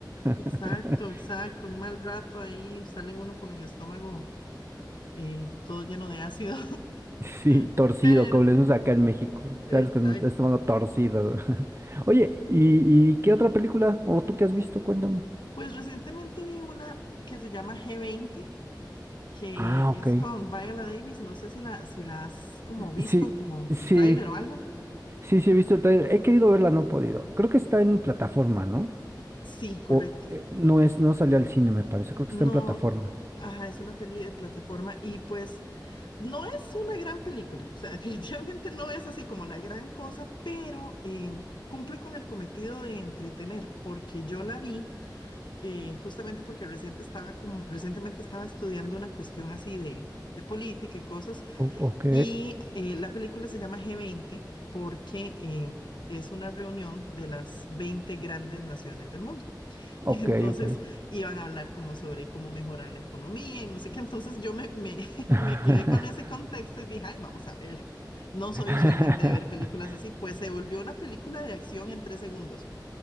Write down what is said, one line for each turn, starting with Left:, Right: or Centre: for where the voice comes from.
Left: Exacto,
Right: <laughs>
Left: exacto. Un mal rato ahí sale uno con el estómago eh, todo lleno de ácido.
Right: Sí,
Left: <laughs>
Right: torcido,
Left: Pero,
Right: como les gusta acá en México. Sabes
Left: exacto.
Right: que el estómago torcido. <laughs> Oye, ¿y, y qué otra película? ¿O tú qué has visto? Cuéntame.
Left: Pues recientemente vi una que se llama g veinte que
Right: Ah, ok.
Left: es con Viola Davis. No sé si la, si la has como visto,
Right: Sí,
Left: como
Right: sí,
Left: el tráiler o algo.
Right: sí, sí, he visto el trailer. He querido verla, no he podido. Creo que está en plataforma, ¿no?
Left: Sí, correcto.
Right: O eh, no es, no salió al cine, me parece. Creo que
Left: No,
Right: está en plataforma.
Left: ajá, es una peli de plataforma y pues no es una gran película, o sea, <laughs> definitivamente no es así como la gran cosa, pero em, cumple con el cometido de entretener, porque yo la vi eh, justamente porque reciente estaba como, recientemente estaba estudiando una cuestión así de, de política y cosas,
Right: O- ok,
Left: y eh, la película se llama g veinte porque eh, es una reunión de las 20 grandes naciones del mundo. <laughs>
Right: ok,
Left: Entonces
Right: ok.
Left: iban a hablar como sobre cómo mejorar la economía y no sé qué. Entonces yo me, me, <laughs>
Right: <laughs>
Left: me quedé con ese contexto y dije, ay, vamos a verla. No
Right: <laughs>
Left: soy usualmente de ver películas así, pues se volvió una película de acción en tres segundos.